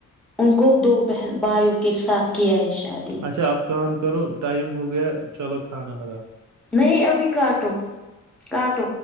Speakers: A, in the centre; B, on the right (about 65°).
A: ان کو دو بہن بھائیوں کے ساتھ کیا ہے شادی-
B: اچھا اب کام کرو ٹائم ہو گیا چلو کھانا لگا-
A: نہیں ابھی کاٹ کٹ-